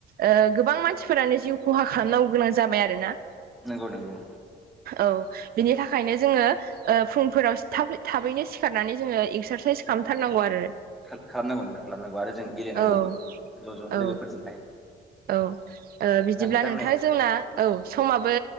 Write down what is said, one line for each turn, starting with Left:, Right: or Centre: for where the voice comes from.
Right: ओ गोबां मानसिफोरानो जिउ खहा खालामनांगौ गोनां जाबाय आरो ना
Centre: नंगौ नंगौ
Right: औ बिनि थाखायनो जोङो फुंफोराव थाब-थाबैनो सिखारनानै जोङो एक्सारसाइस खालामथारनांगौ आरो
Centre: खाल खालामनांगौ नोंथां खालामनांगौ आरो जों गेलेनांगौबो
Right: औ
Centre: ज' ज'नो
Right: औ
Centre: लोगोफोरजोंहाय
Right: औ बिदिब्ला
Centre: दा
Right: ओ नोंथां
Centre: नै
Right: जोंना औ समाबो